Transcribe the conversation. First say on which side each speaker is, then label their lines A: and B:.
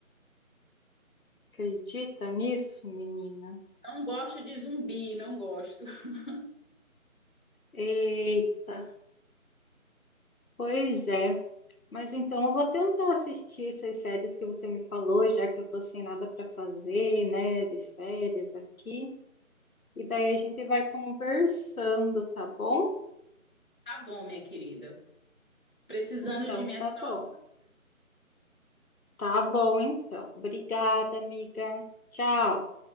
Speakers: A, on the left; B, on the left.
A: Acredita nisso, menina?
B: Não gosto de zumbi, não gosto. <laughs>
A: Eita, pois é. Mas então eu vou tentar assistir essas séries que você me falou, já que eu tô sem nada para fazer, né, de férias aqui. E daí a gente vai conversando, tá bom?
B: Tá bom, minha querida. Precisando
A: Então
B: de mim
A: tá
B: é só.
A: bom. Tá bom, então. Obrigada, amiga. Tchau.